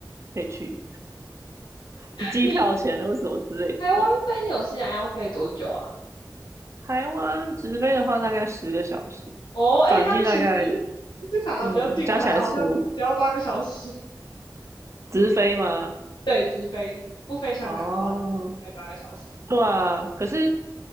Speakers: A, on the right; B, on the left.
A: 可以去，是机票钱或什么之类的。
B: 你台湾飞纽西兰要飞多久啊？
A: 嗯，台湾直飞的话大概十个小时，
B: 哦，哎，
A: 转机大概
B: 那其实其实卡达比较近，
A: 嗯加起来十五，
B: 卡达好像只要八个小时。<laughs>
A: 直飞吗？
B: 对，直飞，不飞香港的话，
A: 哦。
B: 直飞大概八个小时。
A: 对啊，可是